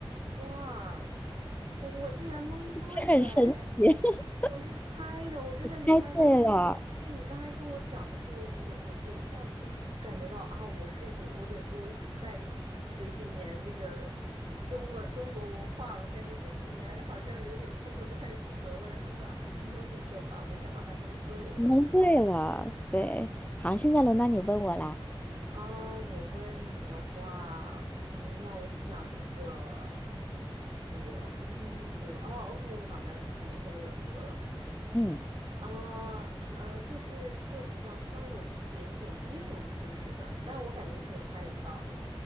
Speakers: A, on the right (about 65°); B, on the left (about 15°).
A: 哇哦，我我竟然蒙对了哎！
B: <laughs> 很神奇。<laughs>
A: 我是猜的，我真的是猜的，
B: 猜对了，
A: 因为对你刚才跟我讲的时候，我我我一下子就感觉到啊，我是我我得多再学学几年这个中文中国文化了，感觉这几年好像有点空虚，我都开始自责了，然后就说啊，那蒙一个吧，没想到还蒙对了。
B: 你蒙对了，对，好，现在轮到你问我啦，
A: 啊，我问你的话，嗯，让我想一个，我嗯，给我哦，OK，我脑袋里面现在有一个了
B: 嗯，
A: 啊，呃，这是涉及到稍有一点点金融知识的，但是我感觉你可以猜得到的，